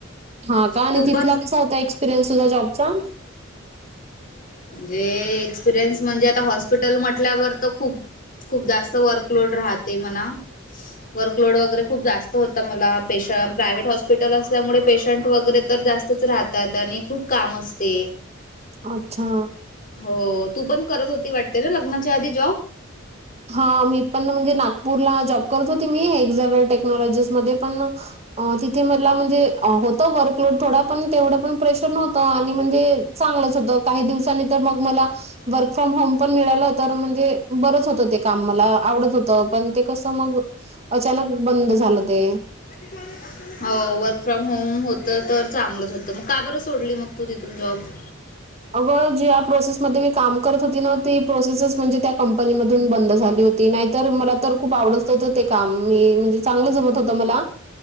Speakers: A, on the right; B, on the left.
A: हा का आणि
B: तू
A: तिथला
B: पण
A: कसा होता एक्सपिरियन्स सुद्धा जॉबचा.
B: म्हणजे एक्सपिरियन्स म्हणजे आता हॉस्पिटल म्हटल्यावर तर खूप. खूप जास्त वर्कलोड राहते म्हणा. वर्कलोड वगैरे खूप जास्त होता मला पेशं प्रायव्हेट हॉस्पिटल असल्यामुळे पेशंट वगैरे तर जास्त. तंच राहतात आणि खूप काम असते.
A: अच्छा.
B: हो तू पण करत होती वाटते ना लग्नाच्या आधी जॉब.
A: हा मी पण म्हणजे नागपूरला जॉब करत होते मी एझावेर टेक्नॉलॉजीज मध्ये पण अ तिथे मला म्हणजे होतं वर्कलोड थोडा पण तेवढं पण प्रेशर नव्हतं आणि म्हणजे. चांगलंच होत काही दिवसांनी तर मग मला वर्क फ्रॉम होम पण मिळाला तर म्हणजे बरंच होत. ते काम मला आवडत होत पण ते कस मग अचानक बंद झालं ते.
B: <inaudible> हो वर्क फ्रॉम होम होतं तर चांगलंच होतं मग का बरं सोडली मग तू तिथून जॉब.
A: अगं ज्या प्रोसेसमध्ये मी काम करत होती ना ती प्रोसेसच म्हणजे त्या कंपनी मधून बंद झाली होती. ती नाहीतर मला तर खूप आवडत होत ते काम मी म्हणजे चांगलं जमत होत मला.